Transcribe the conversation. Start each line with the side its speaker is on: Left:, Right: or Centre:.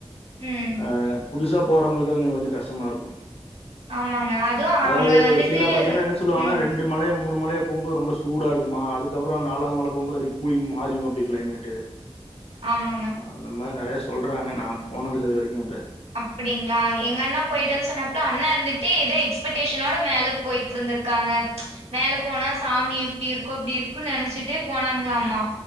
Right: ம்
Left: ஆ புதுசா போறவங்களுக்கு அங்க கொஞ்சோ கஷ்டமாருக்கு
Right: ஆமாங்க அதுவு
Left: அதாவ்து
Right: அவங்க வந்துட்டு
Left: சில பாத்தீங்கன்னா என்ன சொல்வாங்னா
Right: ம்
Left: ரெண்டு மலைய மூனு மலைய போம்போது ரொம்ப சூடாருக்குமா அதுக்கப்றோ நாலாது மல போம்போது அப்டி கூலிங் மாரிரு அப்டி கிளைமெட்டு
Right: ஆமாங்க
Left: அந்த மாரி நறைய சொல்றாங்க நா போனதில்ல இது வரைக்கு அங்க
Right: அப்டிங்ளா எங்க அண்ணா போய்ட்டேன் சொன்னாப்ல அண்ணாருந்துட்டு எதே எக்ஸ்பெக்டேஷனோட மேல போயிட்ருந்திரு காங்க மேல போனா சாமி இப்டிருக்கு இப்டி இருக்கு நெனச்சுட்டே போனாங்ளாமா